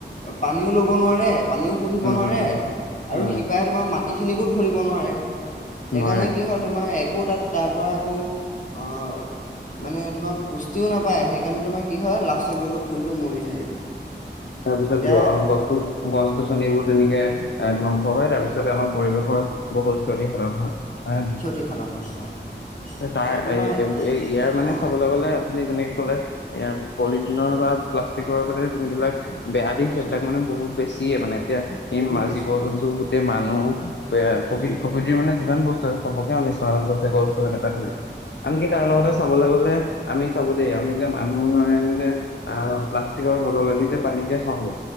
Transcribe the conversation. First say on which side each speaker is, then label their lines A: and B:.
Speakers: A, on the left; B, on the left.
A: অঁ পানীও ল'ব নোৱাৰে পানীও শুহিব
B: উম,
A: নোৱাৰে
B: উম, উম,
A: আৰু
B: উম,
A: শিপাই তোমাৰ মাটিখিনিকো ধৰিব নোৱাৰে। সেইকাৰণে
B: নোৱাৰে।
A: কি হয় তোমাৰ একো তাত তাৰপৰা একো অঁ মানে তোমাৰ পুষ্টিও নাপায় সেইকাৰণে তোমাৰ কি হয় লাষ্টত গৈ গৈ পুলিটো মৰি থাকেগে।
B: তাৰপিছত
A: এতিয়া
B: গছ গছ গছনিবোৰ তেনেকে এ ধ্বংস হয় তাৰপিছত তে আমাৰ পৰিৱেশৰ বহুত ক্ষতি সাধন হয়। হয় নে নহয়?
A: ক্ষতিসাধন হয় হয় হয়।
B: তাৰ
A: এতিয়া তোমাৰ
B: এ ইয়াৰ মানে
A: অ
B: চাবলৈ গলে আপুনি যেনেকে কলে এইয়া পলিথিনৰ বা প্লাষ্টিকৰ মানে যোনবিলাক বেয়া দিশ সেইবিলাক
A: উম,
B: মানে বহুত বেছিয়ে মানে, এতিয়া সেই
A: বহুত বেছি
B: জীৱ
A: হয়
B: জন্তু গোটেই মানুহ প্ৰকৃ
A: উম
B: প্ৰকৃতিৰ মানে যিমান বস্ সবকে অনিষ্ট সাধন কৰিছে গছটো এনেকে
A: অ
B: ধৰি, আনকি তাৰ লগতে
A: অ
B: চাওঁক চাবলে গলে আমি চাব দেই আমি যে মানুহে যে আ প্লাষ্টিকৰ বটলেদি‌ যে পানী যে খাওঁ যে